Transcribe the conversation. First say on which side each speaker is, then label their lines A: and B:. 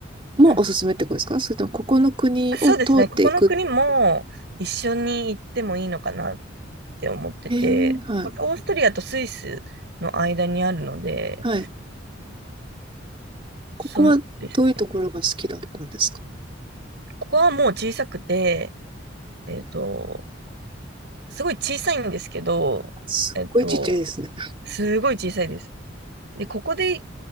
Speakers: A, on the right; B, on the right.
A: もおすすめってことですかそれともここの国を通っていく。
B: うん。そうですね。ここの国も一緒に行ってもいいのかなって思ってて、
A: へえ、はい。
B: これオーストリアとスイスの間にあるので、
A: はい。ここはどういうところが好きだったんですか
B: そんですここはもう小さくて、えっと、すごい小さいんですけど、
A: あすっごいちっちゃいですね。
B: えっと、すごい小さいです。で、ここで、えっ